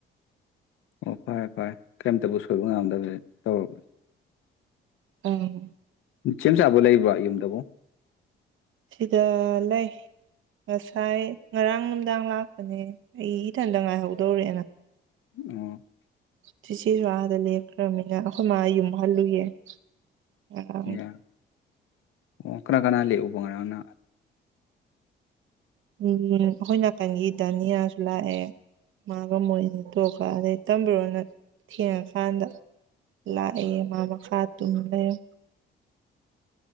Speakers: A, on the left (about 80°); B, on the right (about 80°).
A: ꯑꯣ ꯐꯔꯦ ꯐꯔꯦ ꯀꯔꯤꯝꯇꯕꯨ ꯁꯣꯏꯕ ꯉꯝꯗꯕꯂꯩ ꯇꯧꯔꯕꯥꯟ
B: ꯎꯝ
A: ꯁꯦꯝ ꯁꯥꯥꯕ ꯂꯩꯕ꯭ꯔꯥ ꯌꯨꯝꯗꯕꯨ
B: ꯁꯤꯗ ꯂꯩ ꯉꯁꯥꯏ ꯉꯔꯥꯡ ꯅꯨꯡꯗꯥꯡ ꯂꯥꯛꯄꯅꯦ ꯑꯩ ꯏꯊꯟꯇ ꯉꯥꯏꯍꯧꯗꯧꯔꯦꯅ
A: ꯑꯣ
B: ꯆꯦꯁꯨ ꯑꯥꯗ ꯂꯦꯛꯈ꯭ꯔꯃꯤꯅ ꯑꯩꯈꯣꯏ ꯃꯥ ꯌꯨꯝ ꯍꯜꯂꯨꯌꯦ ꯉꯔꯥꯡ
A: ꯑꯥ ꯑꯣ ꯀꯅꯥ ꯀꯅꯥ ꯂꯩ ꯎꯕ ꯉꯣꯅ
B: ꯎꯝ ꯑꯩꯈꯣꯏ ꯅꯥꯀꯟꯒꯤ ꯗꯥꯅꯤꯌꯥꯁꯨ ꯂꯥꯛꯑꯦ ꯃꯥꯒ ꯃꯣꯏꯅꯤ ꯇꯣꯛꯑꯒ ꯑꯗꯩ ꯇꯝꯕꯨꯔꯣꯅ ꯊꯦꯡꯉꯀꯥꯟꯗ ꯂꯥꯛꯑꯦ ꯃꯥ ꯃꯈꯥ ꯇꯨꯝ ꯂꯩꯔ